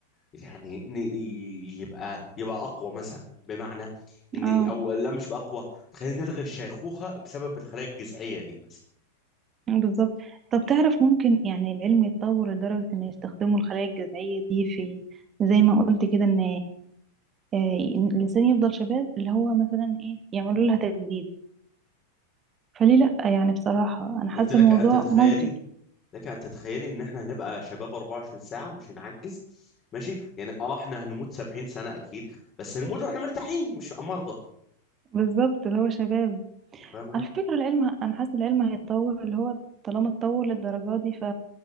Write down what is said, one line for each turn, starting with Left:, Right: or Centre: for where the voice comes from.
Left: يعني إن ي- يبقى يبقى اقوى مثلا بمعنى ان
Right: اه
Left: او لا مش بقى اقوى تخيلي نلغي الشيخوخة بسبب الخلايا الجذعية دي مثلا
Right: بالظبط طب تعرف ممكن يعني العلم يتطور لدرجة إنه يستخدموا الخلايا الجذعية دي في زي ما قلت كده إن آه، إن الإنسان يفضل شباب اللي هو مثلا إيه يعملوا لها تجديد فليه لأ يعني بصراحة أنا حاسة
Left: انت لك
Right: الموضوع
Left: ان تتخيلي
Right: ممكن
Left: لك ان تتخيلي ان احنا هنبقى شباب 24 ساعة مش هنعجز ماشي يعني اه احنا هنموت 70 سنة اكيد بس هنموت واحنا مرتاحين مش مرضى
Right: بالظبط اللي هو شباب
Left: فاهمة
Right: على فكرة العلم أنا حاسة العلم هيتطور اللي هو طالما اتطور للدرجة دي ف...